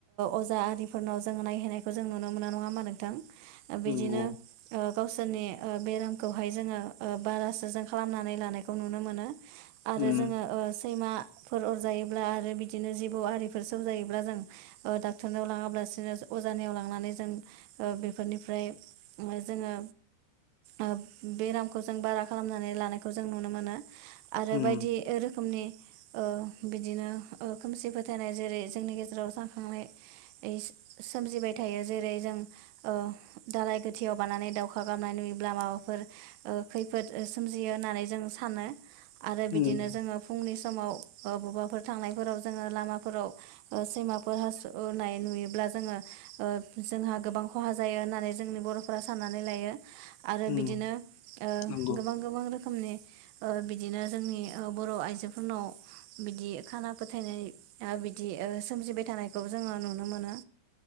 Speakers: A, on the right (about 85°); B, on the left (about 75°).
A: अजा आरिफोरनाव नायहैनाय खौ जोङो नायखौ जों नुनो मोनो नङा होमबा नोंथां बिदिनो
B: नंगौ
A: गावसोरनि ओ बेरामखौहाय जोङो बारासो जों खालामनानै लानायखौ नुनो मोनो आरो
B: उम
A: जोङो ओ‌ सैमाफोर अर जायोब्ला आरो बिदिनो जिबौ आरि सौजायोब्ला जों डाक्टरनियाव लाङाब्लासिनो अजा अजानियाव लांनानै जों बेफोरनिफ्राय जोङो ओ बेरामखौ जों बारा खालामनानै लानायखौ जों नुनो मोनो आरो
B: उम
A: बायदि रोखोमनि ओ बिदिनो ओह खोमसि फोथायनाय जेरै जोंनि गेजेराव जाखांनाय एइस सोमजिबाय थायो जेरै जों ओ दालाय गोथियाव बानानै दावखा गारनाय नुयोब्ला माबाफोर ओ खैफोद सोमजियो होननानै जों सानो आरो बिदिनो
B: उम
A: जोङो फुंनि समाव ओ बबेबाफोर थांनायफोराव जोङो लामाफोराव सैमाफोर हासुनाय नुयोब्ला जोङो ओ जोंहा गोबां खहा जायो होननानै जोंनि बरफोरा साननानै लायो आरो
B: उम
A: बिदिनो ओ
B: नंगौ
A: गोबां गोबां रोखोमनि ओ बिदिनो जोंनि‌ ओ बर आइजोफोरनाव बिदि खाना फोथायनाय बिदि ओ सोमजिबाय थानायखौ जोङो नुनो मोनो